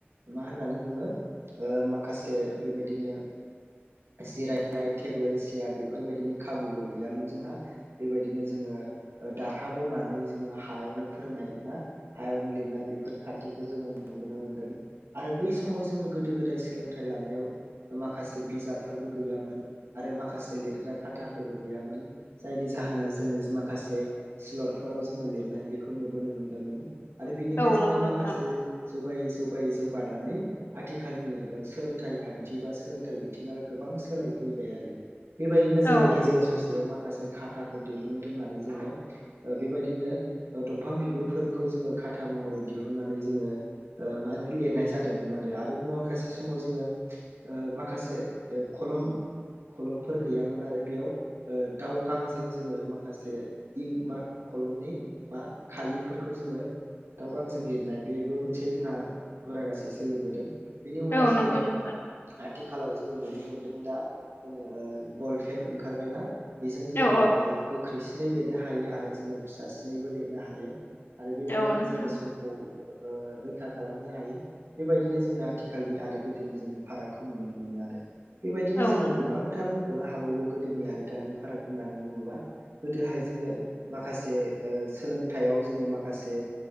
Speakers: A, on the right; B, on the left.
A: मा होननानै बुङो ओ माखासे बेबायदिनो
B: <inaudible>
A: जिरायनाय टेबोल सेयार बेफोरबायदिनि खाबुबो गैयामोन जोंहा बेबायदिनो जोङो दारहा बनानै जोङो हायावनो फोरोंनाय ना हायावनो लिरनाय बेफोर खान्थिखौ जोङो नुबोनो मोन्दों आरो बै समाव जोङो गोदो गोदाय सोलोंथाइ लानायाव माखासे बिजाबफोरबो गैयामोन आरो माखासे लिरग्रा खाथाफोरबो गैयामोन जायनि जा जाहोना जोङो माखासे सिलर फोराव जोङो लिरनाय बेखौ नुबोनो मोन्दोंमोन आरो बेनिफ्राय
B: औ
A: जोङो
B: नंगौ नोंथां
A: माखासे जगाय ज जगायै जौगानानै आथिखालनि ओ सोलोंथाइ खान्थि बा सोलोंथाइ बिथिङा गोबां सोलाय फैबाय आरो। बेबायदिनो जोङो
B: औ
A: गेजेराव ससे याव माखासे खाथाफोर दिरुननो रोंनानै जोङो ओ बेबायदिनो दंफां बिगुरफोरखौ जोङो खाथा महरै दिहुननानै जोङो ओ मा होनो लिरनाय जादोंमोन आरो <unintelligible> माखासे समाव जोङो ओ माखासे ओ खलम खलमफोर गैयामोन आरो बेयाव ओ दावगांजों जोङो माखासे इं बा खलमनि बा खालिफोरखौ जोङो दाव गांजों लिरनाय बेबो मोनसे जोंहा हुरा गासै सोलिबोदों। बिनि उनाव
B: औ
A: जोङो
B: नंगौ नोंथां
A: आथिखालाव जोङो नुनो मोनो दों दा जोङो बल फेन ओंखारबायना। बेजों जोङो
B: औ
A: ओ गोख्रैसिनै लिरनो हायो आरो जोङो फिसा सिनैबो लिरनो हायो। आरो बेबायदिनो
B: औ नोंथां
A: जोङो समखौ ओ रैखा खालामनो हायो बेबायदिनो जोङो आथिखालनि आरो गोदोनि जोङो फारागखौ नुनो मोनो आरो बेबायदिनो
B: औ
A: जोङो
B: नोंथां
A: गोबांथार म खनो हाबावो गोदोनि आरो दानि फाराग होननानै बुङोबा गोदोहाय जोङो माखासे ओ सोलोंथाइयाव जोङो माखासे